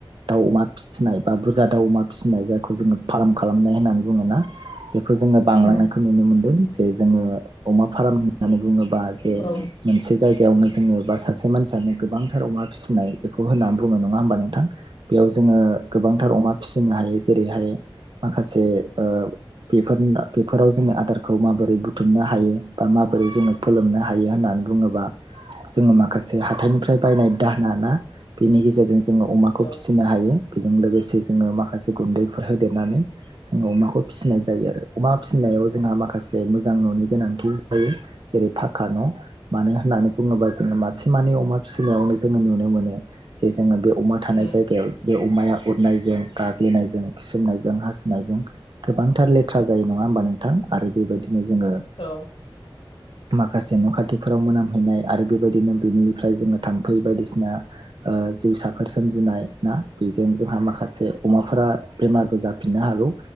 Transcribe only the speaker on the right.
दाउ अमा फिसिनाय बा बुरजा दाउ अमा फिसिनाय जायखौ जोङो फार्म खालामनाय होननानै बुङोना? बे बेखौ जोङो बांलांनायखौ
नुनो मोनदों जे जोङो अमा फार्म होननानै बुङोबा जे
मोनसे जायगायावनो जोङो बा सासे मानसियानो गोबांथार अमा फिसिनाय बेखौ होननानै बुंङो नङा होमबा नोंथां। बेयाव जोङो गोबांथार अमा फिसिनो हायो। जेरैहाय माखासे ओ बेफोर बेफोराव जोङो आदारखौ माबोरै बुथ बुथुमनो हायो बा माबोरै जोङो फोलोमनो हायो होननानै बुङोबा, जोङो माखासे जोंङो हाथाइनिफ्राय बायनाय दाहोना ना बेनि गेजेरजों जोङो अमाखौ
फिसिनो हा हायो बेजों लोगोसे जोङो माखासे गुन्दैफोर होदेरनानै जोङो अमाखौ फिसिनाय जायो आरो अमा फिसिनायाव जोंहा माखासे मोजां न'नि गोनांथि जायो। जेरै फाका न' मानो होननानै बुङोबा जोङो मासे माने अमा फिसिनायावनो जोङो नुनो मोनो जे जोङो बे अमा थानाय
जायगायाव बे अमाया उरनायजों गाग्लिनायजों खिसोमनायजों हासुनायजों गोबांथार लेथ्रा जायो नङा होमबा नोंथां आरो बेबायदिनो जोङो
माखासे न' खाथिफोराव मोनामहैनाय आरो बेबायदिनो। बिनिफ्राय जोङो थाम्फै बायदिसिना। ओ जिउसाफोर सोमजिनाय ना बेजों जोंहा माखासे अमाफोरा बेमारबो जाफिननो हागौ।